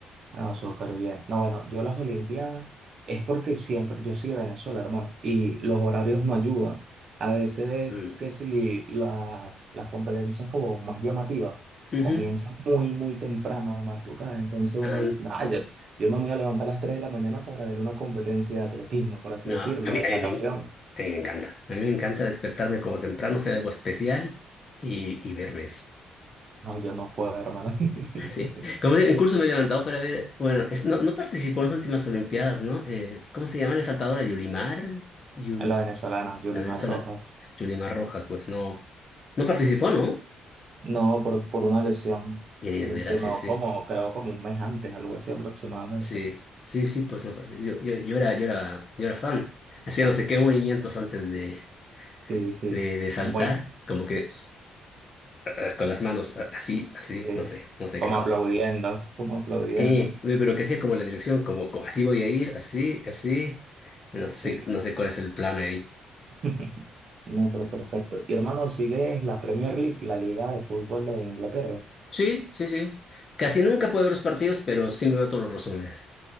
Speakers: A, on the right; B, on the left.
A: No, súper bien. No, bueno, yo las Olimpiadas es porque siempre, yo soy de Venezuela, hermano, y los horarios no ayudan. A veces
B: Mm.
A: que si las, las competencias como más llamativas
B: Ujú.
A: comienzan muy, muy temprano de madrugada, entonces uno
B: Ah,
A: dice, ah, yo, yo no me voy a levantar a las 3 de la mañana para ver una competencia de atletismo, por así
B: no,
A: decirlo,
B: a mí,
A: de
B: a mí
A: natación.
B: me, en- a mí me encanta. A mí me encanta despertarme como temprano, ser algo especial y, y verme.
A: No, yo no puedo, hermano. <laughs>
B: Sí, como digo, incluso me he levantado para ver, bueno, es- no, no participó en las últimas Olimpiadas, ¿no? Eh, ¿cómo se llama la saltadora? Yulimar, Yu-
A: En La venezolana, Yulimar
B: la Venezuela,
A: Rojas.
B: Yulimar Rojas, pues no, no participó, ¿no?
A: No, por, por una lesión.
B: Qué
A: Se
B: desgracia,
A: lesionó
B: sí,
A: como, creo, como un mes antes, algo así aproximadamente.
B: sí, sí, sí, pues no participó. Yo, yo, yo era, yo era, yo era fan, hacía no sé qué movimientos antes de,
A: Sí, sí.
B: de, de saltar,
A: Es muy,
B: como que ah, ah, con las manos ah, así, así,
A: sí.
B: no sé, no sé
A: Como
B: qué cosa.
A: aplaudiendo, como aplaudiendo.
B: Eh, uy, pero que sea como la dirección, como, co- así voy a ir, así, así. No sé,
A: Sí.
B: no sé cuál es el plan ahí.
A: <laughs> No, pero perfecto. Y hermano, ¿sigues la Premier League, la Liga de Fútbol de Inglaterra?
B: Sí, sí, sí. Casi nunca puedo ver los partidos, pero sí me veo todos los resúmenes.